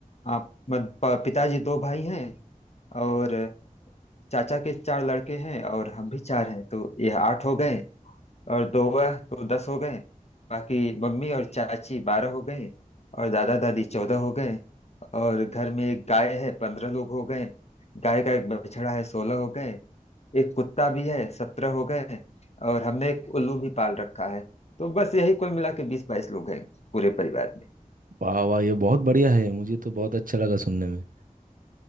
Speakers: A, on the left (about 50°); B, on the right (about 80°).
A: आप मत- प- पिताजी दो भाई हैं और चाचा के चार लड़के हैं और हम भी चार हैं तो यह आठ हो गए और दो वह तो दस हो गए बाकी मम्मी और चाची बारह हो गए और दादा दादी चौदह हो गए और घर में एक गाय है पंद्रह लोग हो गए गाय का एक बछड़ा है सोलह हो गए एक कुत्ता भी है सत्रह हो गए और हमने एक उल्लू भी पाल रखा है तो बस यही कुल मिला के बीस बाईस लोग हैं पूरे परिवार में
B: वाह वाह ये बहुत बढ़िया है मुझे तो बहुत अच्छा लगा सुनने में